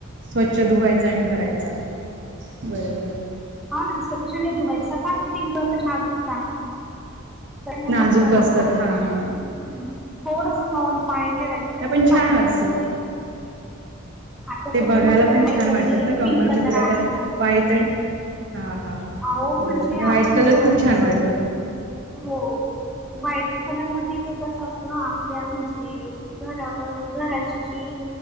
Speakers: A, on the right; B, in the centre.
A: स्वच्छ धुवायचा आणि भरायचा बरबर.
B: हा नाही स्वच्छ नाही धुवायचं कारण ते मुळच नाजकत. त्यांना
A: नाजूक
B: धक्का नको
A: असतात
B: आपला्
A: हा हा.
B: थोडस नरून पाणी ठेवायचं.
A: नाही पण छान
B: बाकी
A: असतं
B: काढून घ्या. आता
A: ते
B: सध्या
A: बघायला
B: माझ्याकडे
A: पण
B: व्हाईट
A: छान
B: आणि
A: वाटतात ना कमळची
B: पिंक कलर
A: फुलं
B: आहे
A: त्या
B: हो.
A: व्हाईट आणि हा हा
B: अह म्हणजे
A: बरं नाही व्हाईट
B: आपण
A: कलर
B: ज
A: खूप छान
B: जस
A: वाटतो.
B: हो. व्हाईट कलर मध्ये ते कसं असतं आपल्या म्हणजे. घरावर घराची जी